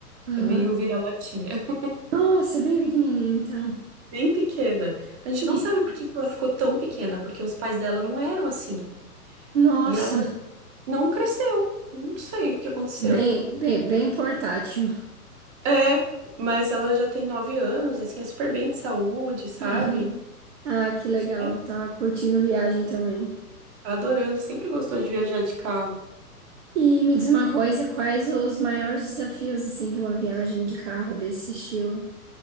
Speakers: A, on the right; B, on the right.
A: Aham.
B: É meio vira-latinha. <laughs>
A: Nossa, bem pequenininho, então.
B: Bem pequena. A gente
A: E,
B: não sabe por que que ela ficou tão pequena, porque os pais dela não eram assim.
A: nossa,
B: E ela não cresceu. Não sei o que aconteceu.
A: bem, bem, bem portátil.
B: É, mas ela já tem nove anos, assim, é super bem de saúde, sabe?
A: Aham. Ah, que legal.
B: É,
A: Tava curtindo a viagem também.
B: tá adorando, sempre gostou de viajar de carro.
A: E me diz uma coisa, quais os maiores desafios, assim, de uma viagem de carro desse estilo?